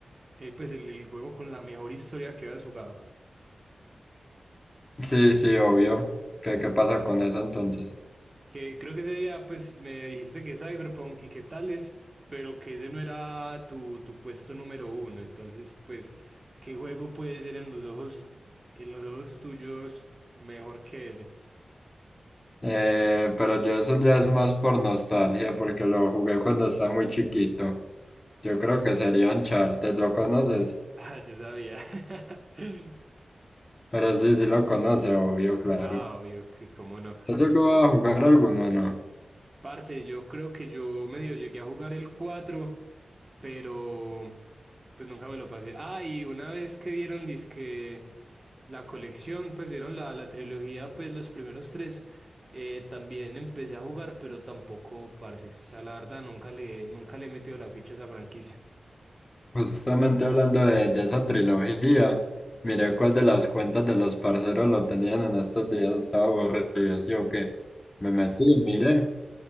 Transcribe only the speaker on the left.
Sí, sí, obvio. ¿Qué, qué pasa con eso entonces?
Eh, pero yo eso ya es más por nostalgia, porque lo jugué cuando estaba muy chiquito. Yo creo que sería Uncharted, ¿lo conoces?
Pero sí, sí lo conoce, obvio, claro.
¿Se llegó a jugar alguno, no?
Justamente hablando de, de esa trilogía, miré cuál de las cuentas de los parceros lo tenían en estos días, estaba aburrido, ¿sí o qué? Me metí, miré.